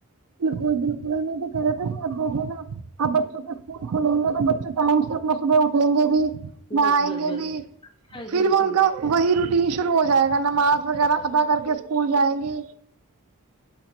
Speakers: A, on the right (about 80°); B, on the left (about 25°).
A: بالکل بالکل ہم یہی تو کہہ رہا تھے آپ دیکھیے نا آپ بچوں کے اسکول کھلیں گے تو بچے ٹائم سے صبح اٹھیں گے بھی نہایں
B: بس بس
A: گے
B: بس
A: بھی
B: اسی
A: پھر
B: لیے اسکول
A: وہ ان کا وہی روٹین شروع ہو جائے گا نماز وغیرہ ادا کر کے اسکول جائیں گے